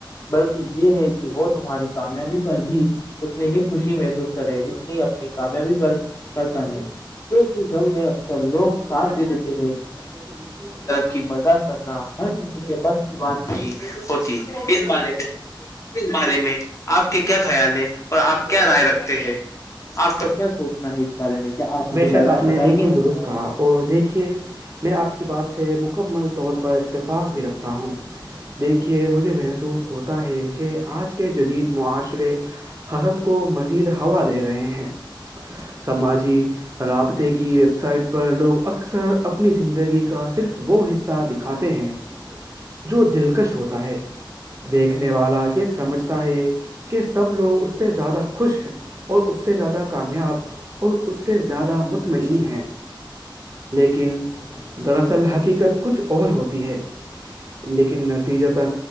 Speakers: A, on the left; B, on the right.
A: بلکہ یہ ہے کہ وہ تمہاری کامیابی پر بھی اتنی ہی خوشی محسوس کر رہے جتنی اپنی کامیابی پر کرتا ہے کیونکہ
B: ھر
A: غم
B: میں اکثر
A: لوگ
B: لوتے
A: ساتھ دے دیتے ہیں
B: لیکن دوسرے کی طرف
A: کی برداشت کرنا ہر کسی کے بس کی بات نہیں ہوتی اس بارے میں اس بارے میں آپ کے کیا خیال ہے اور آپ کیا رائے رکھتے ہیں آپ کا کیا سوچنا ہے بارے میں کیا آپ مجھے
B: ش آپ نے
A: بتائیں
B: بالکل
A: گے
B: درست کہا اور دیکھیے میں آپ کی بات سے مکمل طور پر اتفاق بھی رکھتا ہوں دیکھیے مجھے محسوس ہوتا ہے کہ آج کے جدید معاشرے حسد کو مزید ہوا دے رہے ہیں سماجی رابطے کی ویب سائٹ پر لوگ اکثر اپنی زندگی کا صرف وہ حصہ دکھ کھاتے ہیں جو دلکش ہوتا ہے دیکھنے والا یہ سمجھتا ہے کہ سب لوگ اس سے زیادہ خوش ہیں اور اس سے زیادہ کامیاب اور اس سے زیادہ مطمئن ہیں لیکن دراصل حقیقت کچھ اور ہوتی ہے لیکن نتیجتا